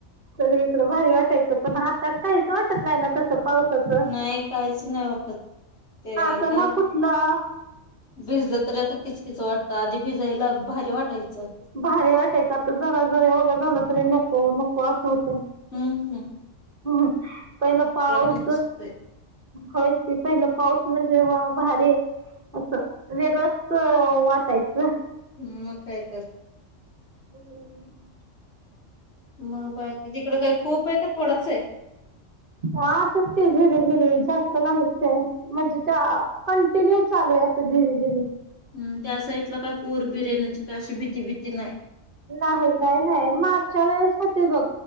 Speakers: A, on the right; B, on the left.
A: सगळी इकडं भारी वाटायचं पण आता काहीच वाटत नाही ना तस पावसाच
B: नाही काहीच नाही वाटत ते
A: हाता
B: काय
A: ना कुठलं
B: भिजलं तरी आता किचकीच वाटतं आधी भिजायला भारी वाटायचं
A: भारी वाटायच आता जरा जरी ओलं झालं तरी नको नको असं होते
B: हम्म हम
A: ह् पहिला पाऊस
B: पण तसच आहे.
A: होय क पहिला पाऊस म्हणजेव्हा भारी असं वेगळंच वाटायचं
B: हम् मग काय तर
A: हम्
B: मग बाकी तिकड काय खूप आहे का थोडाच आहे?
A: हा सत्य झरे झरे जास्त नाहीच आहे म्हणजे कंटिन्यू चालू आहे अस झिरी झिरी
B: हम त्या साइडला काय पूर बिर येण्याची काय अशी भीती भीती नाही
A: नाही काय नाही मागच्या वेळेस होते बघ